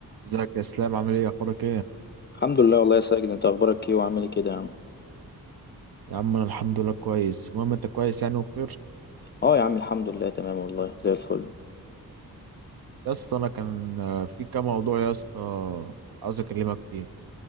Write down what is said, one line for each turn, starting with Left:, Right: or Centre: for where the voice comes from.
Right: ازيك يا اسلام عامل ايه اخبارك ايه
Left: الحمد لله والله يا ساجد انت اخبارك ايه وعامل ايه كده يا عم
Right: يا عم انا الحمد لله كويس المهم انت كويس يعني وبخير
Left: اه يا عم الحمد لله تمام والله زي الفل
Right: يا اسطى انا كان آه، في كام موضوع يا اسطى عاوز اكلمك فيه